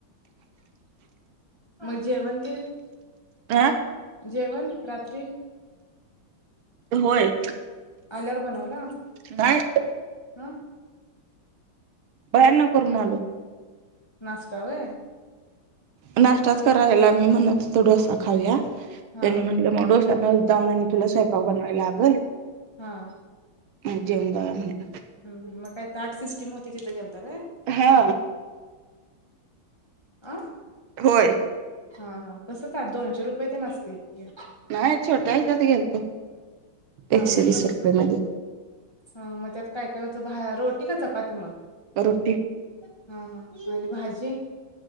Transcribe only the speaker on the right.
आं
होय.
नाही
बाहेरन करून आलो.
नास्ताच करा हेला, मी म्हणत होतो डोसा खाऊया
त्यांनी म्हटलं म डोसा नाही, जाऊन आणि तुला स्वयपाक बनवाय लागल.
मग जेवून जाऊया म्हणलं.
हा.
होय.
नाही, छोट्या हच्यात गेलतो,
एकशे
वीस रुपये मध्ये.
रोटी.